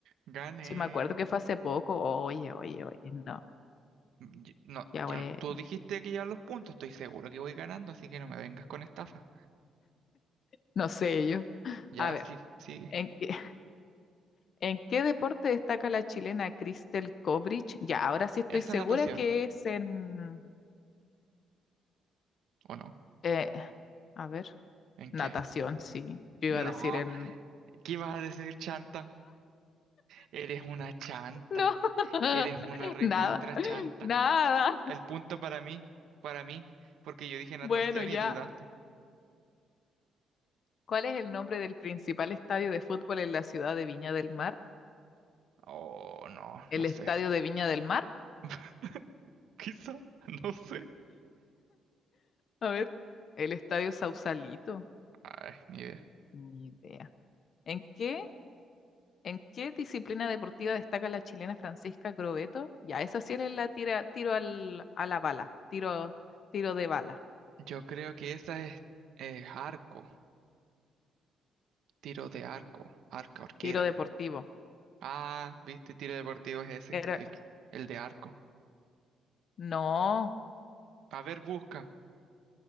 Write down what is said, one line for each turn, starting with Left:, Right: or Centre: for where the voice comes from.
Right: gané.
Left: Sí, me acuerdo que fue hace poco. Oye, oye, oye, no.
Right: Yo- no,
Left: Ya
Right: yo
Left: bueno,
Right: no- tú dijiste que ya los puntos, estoy seguro que voy ganando, así que no me vengas con estafa.
Left: no sé yo.
Right: Ya,
Left: A ver,
Right: sí, sigue.
Left: ¿en qué, <laughs> en qué deporte destaca la chilena Cristel Kobrich? Ya, ahora sí estoy
Right: ¿Esa
Left: segura
Right: natación?
Left: que es en...
Right: ¿O no?
Left: eh, a ver.
Right: ¿En
Left: Natación,
Right: qué?
Left: sí. Yo
Right: No,
Left: iba a decir en...
Right: ¿qué ibas a decir, chanta? Eres una chanta.
Left: No, <laughs>
Right: Eres una recontra
Left: nada,
Right: chanta.
Left: nada.
Right: El punto para mí, para mí, porque yo dije natación
Left: Bueno, ya.
Right: y dudaste.
Left: ¿Cuál es el nombre del principal estadio de fútbol en la ciudad de Viña del Mar?
Right: Oh, no,
Left: ¿El
Right: no sé.
Left: estadio de Viña del Mar?
Right: <laughs> Quizá, no sé.
Left: A ver, el estadio Sausalito.
Right: Ay, ni idea.
Left: Ni idea. ¿En qué, en qué disciplina deportiva destaca la chilena Francisca Grobeto? Ya, esa sí es la tira, tiro al, a la bala, tiro, tiro de bala,
Right: Yo creo que esa es eh, arco, tiro de arco, arca arquera.
Left: tiro deportivo.
Right: Ah, viste, tiro deportivo es ese,
Left: Era,
Right: el, que- el de arco.
Left: no,
Right: A ver, busca.